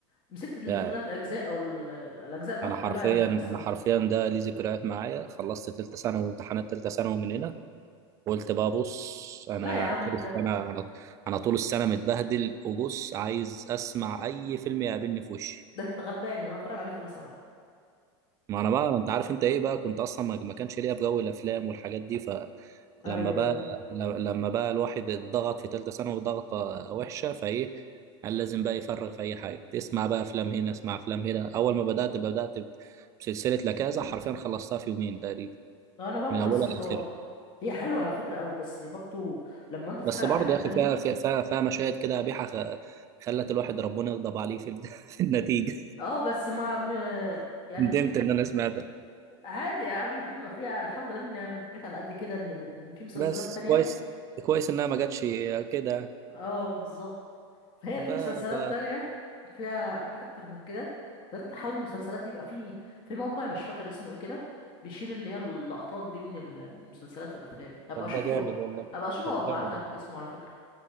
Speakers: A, on the left; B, on the right.
A: مسكت الثلاث
B: يعني
A: اجزاء او ال- الاجزاء بتاعته
B: انا حرفيا
A: كلها يعني وخلصتها
B: انا حرفيا ده ليه ذكريات معايا خلصت تالتة ثانوي وامتحانات تالتة ثانوي من هنا وقلت بقى بص انا
A: لا يا عم
B: طول السنه
A: ده
B: انا انا طول السنه متبهدل وبص عايز اسمع اي فيلم يقابلني في وشي
A: ده انت غلبان انا بتفرج عليه في اولى ثانوي
B: ما انا بقى انت عارف انت ايه بقى كنت اصلا ما ما كانش ليا في جو الافلام والحاجات دي
A: ايوه
B: لما بقى
A: ايوه
B: لما بقى الواحد اتضغط في ثالثه ثانوي ضغطه وحشه فايه قال لازم بقى يفرغ في اي حاجه اسمع بقى افلام هنا اسمع افلام هنا اول ما بدات بدات بسلسله لكازا حرفيا خلصتها في يومين تقريبا
A: لو انا برضو
B: من اولها
A: نفس الحوار
B: لاخرها
A: هي حلوه على فكره قوي بس برضو لما انت تتفرج
B: بس
A: على
B: برضه
A: حاجات
B: يا اخي
A: تانية
B: فيها فيها فيها فيها مشاهد كده قبيحه خ- خلت الواحد ربنا يغضب عليه في ال- <laughs> في النتيجه
A: اه بس ما م- يعني
B: ندمت
A: في
B: ان انا سمعتها
A: عادي يا عم في ما فيها الحمد لله ان جيت على قد كده ان ال- إن في مسلسلات
B: بس
A: تانية
B: كويس كويس انها ما جاتش كده
A: اه بالظبط فهي
B: بقى
A: في مسلسلات
B: ف...
A: تانية فيها حاجات أكتر من كده فأنت حاول المسلسلات دي بيبقى في في موقع مش فاكر اسمه إيه كده بيشيل اللي هي اللقطات دي من ال- من المسلسلات والأفلام هبقى
B: طب
A: أشوفه
B: ده جامد والله
A: هبقى أشوفه
B: طب
A: وأبعت
B: جامد
A: لك
B: والله
A: اسمه على فكرة